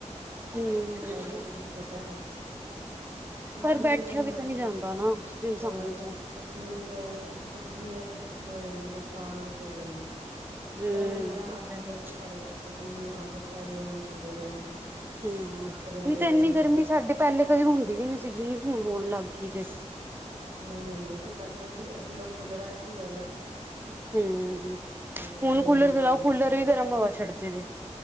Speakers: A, on the right; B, on the right.
A: ਹਮ
B: ਇਹ ਵੀ ਤੇ ਦਿੱਕਤ ਹੈ। ਸੁੱਖ
A: ਪਰ
B: ਵੀ
A: ਬੈਠਿਆ
B: ਹੈ ਤੇ ਨਾਲ
A: ਤਾਂ
B: ਦੁੱਖ
A: ਨਹੀਂ ਜਾਂਦਾ
B: -ਸੁੱਖ।
A: ਨਾ ਇਨਸਾਨ ਤੋਂ
B: ਸੁੱਖ ਵੀ ਤੇ ਸੁੱਖ ਵੀ ਹੈ। ਨੂੰ ਨੁਕਸਾਨ ਵੀ ਤੇ ਹੈ ਹੀ ਹੈ।
A: ਹਮ
B: ਪਰ ਉਹੀ ਹੈ ਆਦਤਾਂ
A: ਇਹ ਤਾਂ ਹੈ
B: ਪੈ ਗਿਆਂ। ਸਾਡੇ ਬੋਡੀ ਨੂੰ ਆਦਤ ਪੈ ਗਈ ਹੈ ਸਰੀਰਾਂ ਨੂੰ।
A: ਹਮ।
B: ਉਸ ਤੋਂ ਬਿਨਾਂ
A: ਨਹੀਂ
B: ਰਿਹਾ
A: ਤਾਂ ਇੰਨੀ
B: ਵੀ
A: ਗਰਮੀ
B: ਜਾਂਦਾ
A: ਸਾਡੀ ਪਹਿਲੇ ਕਦੀ ਹੁੰਦੀ ਵੀ ਨਹੀਂ ਸੀ। ਜਿੰਨੀ ਹੁਣ ਹੋਣ ਲੱਗ ਗਈ ਜੇ
B: ਨਹੀਂ ਹੁੰਦੀ ਸੀ। ਪਹਿਲਾਂ ਤਾਂ ਸੀ ਅਸੀਂ ਲੋਕ ਕੂਲਰਾਂ ਵਿਚ ਹੀ ਰਹੇ ਹਾਂ।
A: ਹਮ
B: ਪਹਿਲੇ ਤੇ
A: ।ਹੁਣ
B: ਕੋਈ
A: ਕੂਲਰ
B: ਨੀ ਗਰਮੀ
A: ਚਲਾਓ,
B: ਹੁੰਦੀ
A: ਕੂਲਰ
B: ਸੀ
A: ਵੀ ਗਰਮ ਹਵਾ ਛੱਡਦੇ ਨੇੇ